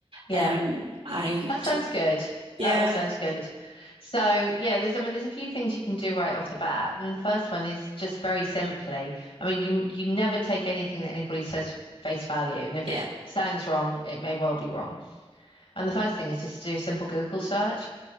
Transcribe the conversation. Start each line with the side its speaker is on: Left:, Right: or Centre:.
Left: Yep.
Right: Um, I
Left: That sounds
Right: told,
Left: good.
Right: yeah,
Left: That all sounds good. So yeah, there's I mean there's a few things you can do right off the bat. And the first one is just very simply. I mean, you you never take anything that anybody says face value. And if
Right: yeah,
Left: it sounds wrong, it may well be wrong. And the first thing is just to do a simple Google search